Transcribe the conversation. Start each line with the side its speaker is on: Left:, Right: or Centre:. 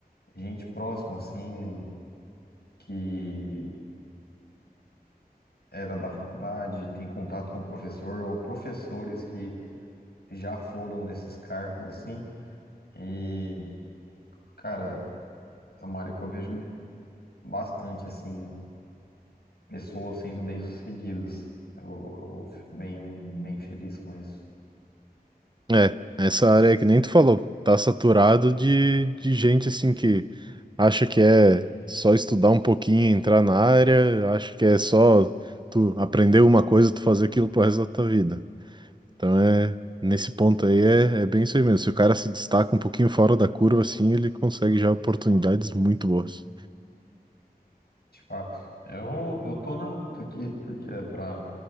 Left: gente próxima, assim, que era da faculdade, tem contato com o professor, ou professores que já foram desses cargos, assim, e Cara, é uma área que eu vejo bastante, assim, pessoas sendo bem-sucedidas. Eu, eu fico bem, bem feliz com isso,
Right: É, essa área que nem tu falou, tá saturado de, de gente assim que acha que é só estudar um pouquinho, e entrar na área, acha que é só tu aprender uma coisa, tu fazer aquilo pro resto da tua vida. Então é, nesse ponto aí é, é bem isso aí mesmo. Se o cara se destaca um pouquinho fora da curva, assim, ele consegue já oportunidades muito boas.
Left: de fato. Eu, eu tô na luta aqui porque é para